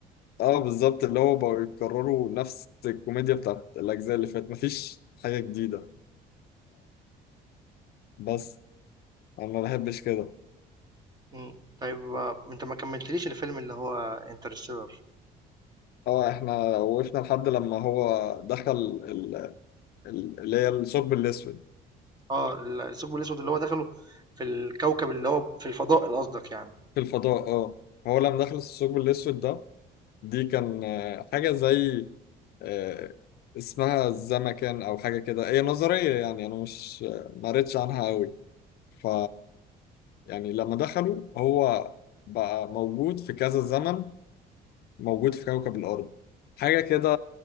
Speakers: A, on the left (about 70°); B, on the right (about 25°).
A: اه بالظبط اللي هو بقوا يكرروا نفس الكوميديا بتاعت الاجزاء اللي فاتت مفيش حاجة جديدة فبس انا ما بحبش كده
B: إمم، طيب آه، أنت ما كمّلتليش الفيلم اللي هو Interstellar
A: اه احنا وقفنا لحد لما هو دخل ال- ال- اللي هي الثقب الاسود
B: آه، ال الثقب الأسود اللي هو دخله في الكوكب اللي هو في الفضاء ال قصدك يعني،
A: في الفضاء اه هو لما دخل الثقب الاسود ده دي كان آه، حاجة زي آه، اسمها الزمكان أو حاجة كده هي نظرية يعني أنا مش آه، ما قريتش عنها أوي ف يعني لما دخلوا هو بقى موجود في كذا زمن موجود في كوكب الأرض حاجة كده